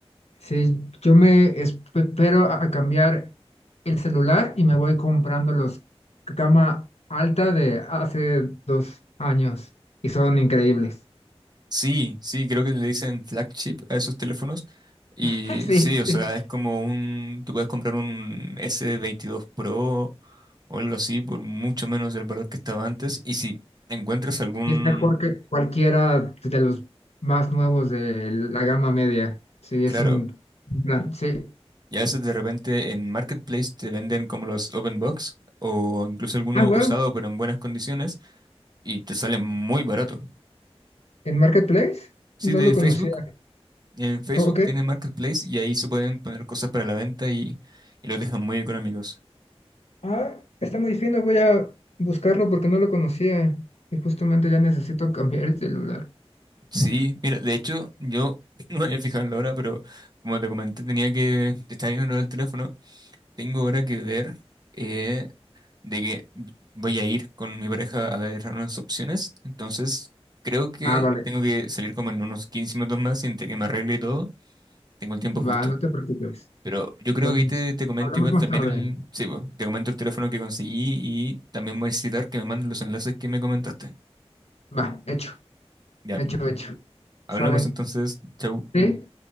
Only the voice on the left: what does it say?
Sí, yo me espero a a cambiar el celular y me voy comprando los c- cama alta de hace dos años y son increíbles.
<laughs> Sí.
sí.
Y es mejor que cualquiera de los más nuevos de la gama media. Sí,
es un un plan. Sí.
Ah, wow.
¿En Marketplace?
No
lo conocía.
Oh, ok.
Ah, está muy fino. Voy a buscarlo porque no lo conocía. Y justamente ya necesito <laughs> cambiar el celular.
Ah, vale.
Va, no te preocupes.
Pero,
pues,
hablamos
más
tarde.
Va, hecho.
Hecho, hecho.
Sale.
Sí.